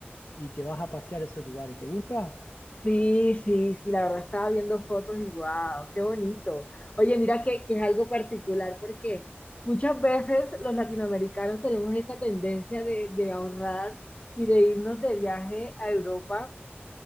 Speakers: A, on the left (about 70°); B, on the left (about 30°).
A: y te vas a pasear a esos lugares. ¿Te gusta?
B: Sí, sí, sí, la verdad estaba viendo fotos y wow, qué bonito. Oye, mira que, que es algo particular porque muchas veces los latinoamericanos tenemos esta tendencia de, de ahorrar y de irnos de viaje a Europa